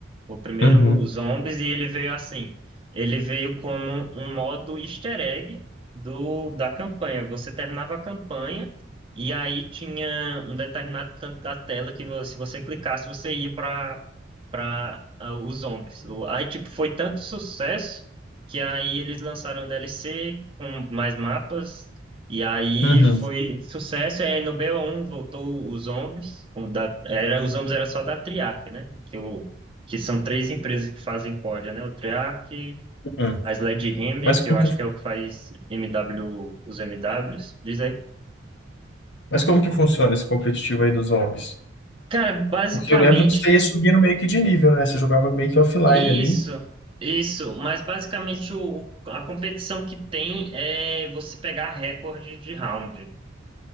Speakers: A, on the right; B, on the left.
A: O primeiro
B: Uhum,
A: Zombies, e ele veio assim. Ele veio como um modo easter egg do, da campanha. Você terminava a campanha e aí tinha um determinado canto da tela que vo- se você clicasse, você ia para para os zombies. O- Aí, tipo, foi tanto sucesso que aí eles lançaram o DLC com mais mapas. E aí
B: uhum,
A: foi sucesso, e aí no BO1 voltou os zombies. com da- Era, os zombies era só da Triarch, né? Que o que são três empresas que fazem corda, né? O Treyarch,
B: uhum.
A: a Sledgehammer,
B: Mas
A: que
B: como
A: eu acho
B: que,
A: que é o que faz MW, os MWs, diz aí.
B: mas como que funciona esse competitivo aí dos zombies?
A: Cara, basicamente
B: Porque eu lembro que você ia subindo meio que de nível, né? Você jogava meio que offline
A: isso,
B: ali.
A: isso, mas basicamente o, a competição que tem é você pegar recorde de round.